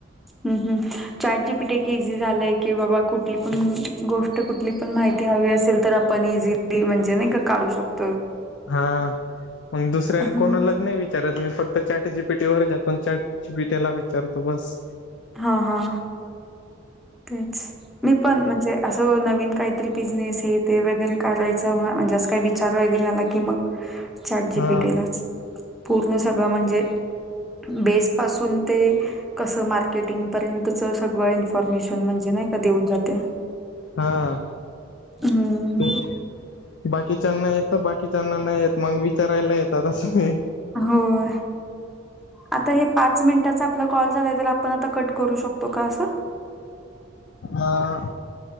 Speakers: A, in the centre; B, on the left.
A: हम्, हम्, चाटची पिठा की इझी झालंय. कि बाबा कुठली पण, गोष्ट कुठली पण माहिती हवी असेल तर आपण ई म्हणजे नाही का काढू शकतो.
B: हा. मग दुसऱ्या
A: हां,
B: कोणालाच नाही विचारत मी फक्त चॅट जीपीटी वर आपण चॅ जीपीटला विचारतो बस.
A: हा, हा, तेच. मी पण म्हणजे असं नवीन काहीतरी बिझनेस हे ते वगैरे करायचं म्हणजे अस काय विचार वगैरे आला की मग, चार्ट जीपीटेलाच
B: हा
A: पूर्ण सगळं म्हणजे, बेस पासून ते कस मार्केटिंगपर्यंत सगळं इन्फॉर्मेशन म्हणजे नाही का देऊन जाते.
B: हा
A: हम्म
B: ते बाकीच्यांना येत, बाकीच्यांना नाही येत, मग विचारायला येतात असय.
A: होय. आता हे पाच मिनिटाचा आपला कॉल झालाय तर, आपण आता कट करू शकतो का असं?
B: अ,